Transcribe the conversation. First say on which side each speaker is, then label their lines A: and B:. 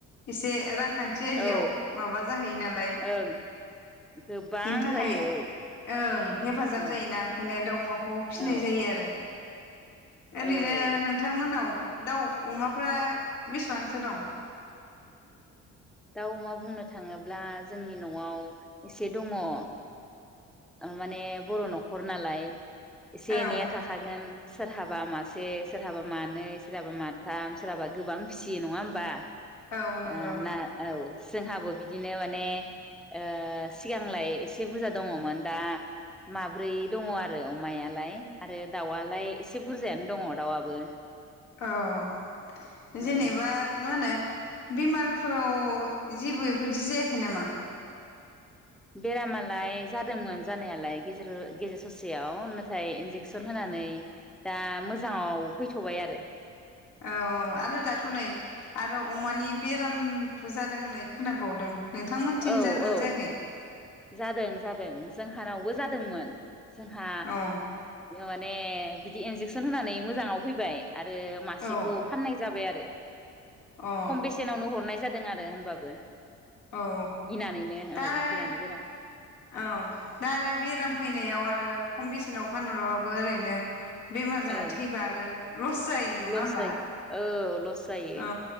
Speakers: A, on the left (about 75°); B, in the centre.
A: एसे रां खान्थि आयदायाव
B: औ
A: माबा जाहैयो नालाय
B: ओं गोबां
A: बेनि थाखाय
B: जायो
A: ओं हेफाजाब
B: औ
A: जायोना ओंखायनो दाावमाखौ फिसिनाय
B: औ
A: जायो आरो ओरैनो
B: औ
A: नोंथांमोनाव दाउ अमाफ्रा बेसेबांसो दं?
B: दाउ अमा बुंनो थाङोब्ला जोंनि नआव एसे दङ ओ माने बर नखर नालाय। एसे
A: औ
B: एनैया थाखागोन। सोरहाबा मासे सोरहाबा मानै सोरहाबा माथाम सोरहाबा गोबां फिसियो नङा होमबा।
A: औ नंगौ
B: ओ ना औ जोंहाबो बिदिनो माने ओ सिगांलाय एसे बुरजा दङमोन दा माब्रै दङ आरो अमायालाय आरो दाउआलाय एसे बुरजायानो दङ दाउआबो
A: औ जेनेबा
B: औ
A: मा होनो बेमारफोराव जेबो बेफोरदि जायाखै नामा?
B: बेरामालाय जादोंमोन जानायालाय गेजेर-गेजेर ससेयाव नाथाय इन्जेकसन होनानै दा मोजाङाव फैथ'बाय आरो।
A: औ-औ आरो दाथ नै आरो अमानि बेरामथ जादों होननाय खोनाबावदों। नोंथांमोनथिं
B: औ
A: जादोंना
B: औ
A: जायाखै?
B: जादों जादों जोंहानावबो जादोंमोन। जोंहा
A: औ
B: माने बिदि इन्जेकसन होनानै मोजाङाव फैबाय। आरो मासेखौ
A: औ
B: फाननाय जाबाय आरो।
A: औ
B: खम बेसेनावनो हरनाय जादों। जादों आरो होनबाबो।
A: अ औ
B: गिनानैनो
A: दा
B: औ
A: आरो
B: गिनानै जादों।
A: औ दा आरो बेराम फैनायाव आरो खम बेसेनाव फानहराबाबो ओरैनो बेमार
B: ओं
A: जानानै थैबा आरो लस जायो नङा
B: लस
A: होमबा?
B: जायो औ लस जायो
A: औ